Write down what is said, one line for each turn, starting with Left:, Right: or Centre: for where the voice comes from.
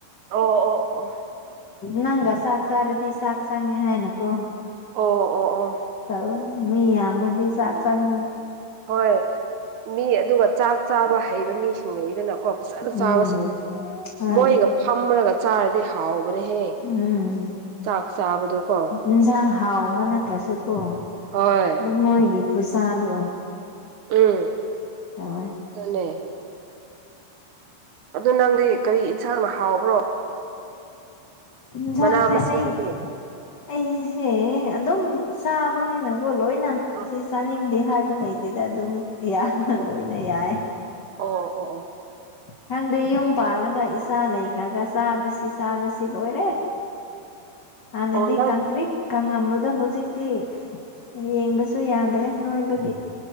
Right: ꯑꯣ ꯑꯣ ꯑꯣ ꯑꯣ
Left: ꯅꯪꯒꯥ ꯁꯥꯥꯛ ꯁꯔꯗꯤ ꯁꯥꯥꯛꯁꯥꯒꯤꯤ ꯍꯥꯏꯅ ꯀꯣ
Right: ꯑꯣ ꯑꯣ ꯑꯣ
Left: ꯇ ꯃꯤ ꯌꯥ ꯃ ꯁꯥꯥꯛ ꯁꯒ
Right: ꯍꯣꯏ ꯃꯤ ꯑꯗꯨꯒ ꯆꯥꯛ ꯆꯥꯕ ꯍꯩꯕ ꯃꯤ ꯊꯤꯡꯉꯒꯤꯗꯅꯀꯣ ꯐꯖꯅ
Left: ꯎꯝ
Right: ꯆꯥꯕꯁꯤꯡꯗꯨ
Left: ꯍꯣꯏ
Right: ꯃꯣꯏ ꯐ ꯆ ꯑꯗꯨꯗꯤ ꯍꯥꯎꯕꯅꯦꯍꯦ
Left: ꯎꯝ
Right: ꯆꯥꯛ ꯆꯥꯕꯗꯣ ꯀꯣ
Left: ꯏꯟꯁꯥꯡ ꯍꯥꯎꯕ ꯅꯠꯇ꯭ꯔꯁꯨꯀꯣ
Right: ꯍꯣꯏ
Left: ꯑꯗꯨ ꯃꯣꯏꯒꯤ ꯈꯨꯠꯁꯥꯗꯣ
Right: ꯎꯝ
Left: ꯇꯧꯋꯦ
Right: ꯑꯗꯨꯦ ꯑꯗꯨ ꯅꯪꯗꯤ ꯀꯔꯤ ꯌꯦꯟꯁꯥꯡꯅ ꯍꯥꯎꯕ꯭ꯔꯣ
Left: ꯏꯟꯁꯥꯡꯁꯦ
Right: ꯃꯅꯥ ꯃꯁꯤꯡꯗꯨꯗꯤ
Left: ꯑꯩ ꯑꯩꯁꯦ ꯑꯗꯨꯝ ꯆꯥꯕꯅꯤꯅꯀꯣ ꯂꯣꯏꯅ
Right: ꯑ
Left: ꯁꯤ ꯆꯥꯅꯤꯡꯗꯦ ꯍꯥꯏꯕ ꯂꯩꯇꯦꯗ ꯑꯗꯨꯝ
Right: ꯑꯣ
Left: ꯂꯣꯏꯅ ꯌꯥꯏ
Right: ꯑꯣ ꯑꯣ ꯑꯣ
Left: ꯈꯪꯗꯦ ꯌꯨꯝ ꯄꯥꯜꯂꯒ ꯏꯆꯥ ꯂꯩꯈ꯭ꯔꯒ ꯆꯥꯕꯁꯤ ꯆꯥꯕꯁꯤ ꯂꯣꯏꯔꯦ
Right: <unintelligible>
Left: ꯑ ꯅꯗꯤ
Right: ꯑꯣ ꯅꯪ
Left: ꯀꯪꯇ꯭ꯔꯤ ꯈꯪꯉꯝꯕꯗꯣ ꯍꯧꯖꯤꯛꯇꯤ ꯌꯦꯡꯕꯁꯨ ꯌꯥꯗ꯭ꯔꯦ ꯅꯣꯏꯕꯒꯤ